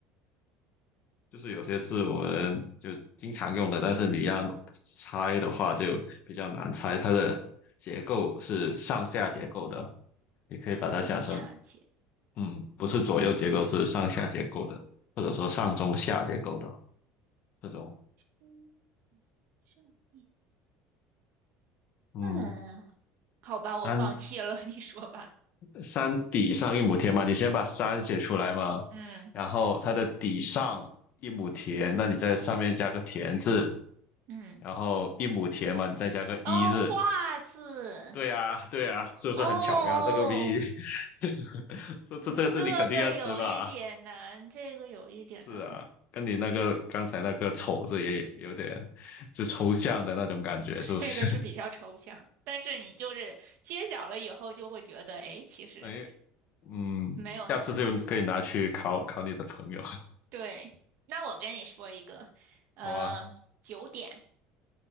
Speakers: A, on the left; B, on the right.
A: 就是有些字我们就经常用的，但是你要猜的话就比较难猜。它的结构是上下结构的，你可以把它想成，
B: 上下简，
A: 嗯，不是左右结构，是上下结构的，或者说上中下结构的这种。
B: 嗯，上。一。
A: 嗯，
B: 嗯，好吧，我放弃了，
A: 山
B: <laughs> 你说吧。
A: 山底上一亩田嘛，你先把山写出来嘛，
B: 嗯
A: 然后它的底上一亩田，那你在上面加个田字，
B: 嗯，
A: 然后一亩田嘛，你再加个一字，
B: 哦，画字，
A: 对啊，对啊，是不是很巧妙这个谜语？
B: 哦，
A: <laughs> 这这这字你肯定要识吧？
B: 这个有一点难，这个有一点难，
A: 是啊，跟你那个刚才那个丑字也有点就抽象的那种感觉，
B: <laughs>
A: 是不是？
B: 这个是比较抽象，但是你就是揭晓了以后，就会觉得，哎，其实
A: <laughs> 哎，嗯，
B: 没有那么难。
A: 下次就可以拿去考考你的朋友，
B: 对，那我跟你说一个，呃，
A: 好啊
B: 九点，